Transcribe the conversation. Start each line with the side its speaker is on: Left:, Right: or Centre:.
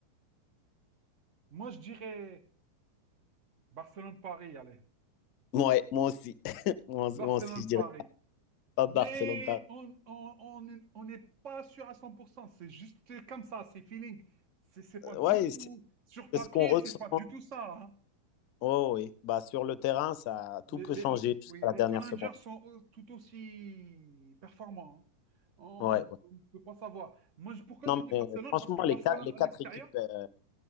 Right: Moi, je dirais Barcelone-Paris, allez.
Left: Ouais, moi aussi. <laughs> Moi, aussi-
Right: Barcelone-Paris.
Left: moi aussi, je dirais pas
Right: Mais
Left: Barcelone, Paris.
Right: on, on, on est- on n'est pas sûr à cent pour cent C'est juste comme ça, c'est feeling. C'est c'est pas
Left: Euh,
Right: du
Left: Ouais,
Right: tout.
Left: c'est
Right: Sur papier,
Left: c'est ce qu'on ressent.
Right: c'est pas du tout ça. hein.
Left: Oh oui, bah sur le terrain, ça
Right: Les,
Left: tout peut
Right: les-
Left: changer
Right: les-
Left: jusqu'à
Right: oui,
Left: la
Right: les
Left: dernière
Right: challengers
Left: seconde.
Right: sont au- tout aussi performants. hein. On
Left: Ouais, ouais.
Right: ne peut pas savoir. Moi, je- pourquoi
Left: Non,
Right: j'ai dit
Left: mais
Right: Barcelone?
Left: franchement,
Right: Parce que Barcelone
Left: les quatre, les quatre
Right: à l'extérieur,
Left: équipes, euh,